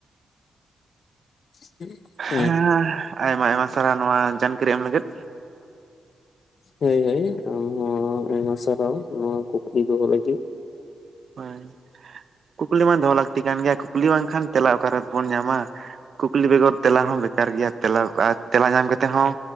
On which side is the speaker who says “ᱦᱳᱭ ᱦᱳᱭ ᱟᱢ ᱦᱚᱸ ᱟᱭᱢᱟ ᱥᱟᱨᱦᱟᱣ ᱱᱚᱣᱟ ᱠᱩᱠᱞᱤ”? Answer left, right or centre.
Left